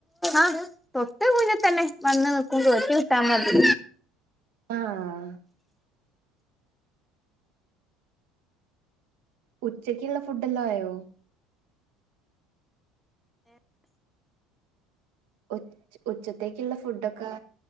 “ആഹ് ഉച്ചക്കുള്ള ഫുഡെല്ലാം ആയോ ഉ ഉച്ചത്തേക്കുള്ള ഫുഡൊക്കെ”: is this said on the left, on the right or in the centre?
Right